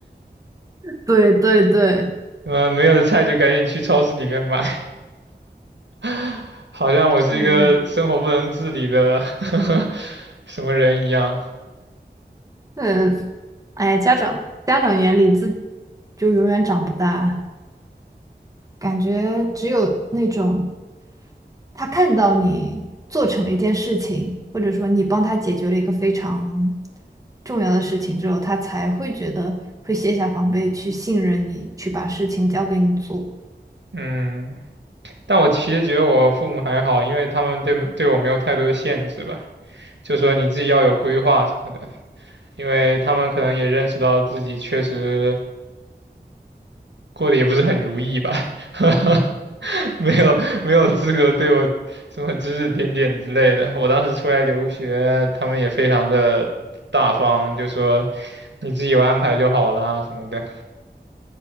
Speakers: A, on the right; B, on the right.
A: 对对对，
B: 嗯，没有的菜就赶紧去超市里面买，<laughs> 好像我是一个生活不能自理的
A: 是，
B: <laughs> 什么人一样。
A: 呃，哎呀，家长家长眼里自就永远长不大，感觉只有那种。他看到你做成了一件事情，或者说你帮他解决了一个非常重要的事情之后，他才会觉得会卸下防备，去信任你，去把事情交给你做。
B: 嗯，但我其实觉得我父母还好，因为他们对对我没有太多的限制吧，就说你自己要有规划什么的，因为他们可能也认识到自己确实过得也不是很如意吧，<laughs> 没有没有资格对我什么指指点点之类的。我当时出来留学，他们也非常的大方，就说你自己有安排就好啦什么的。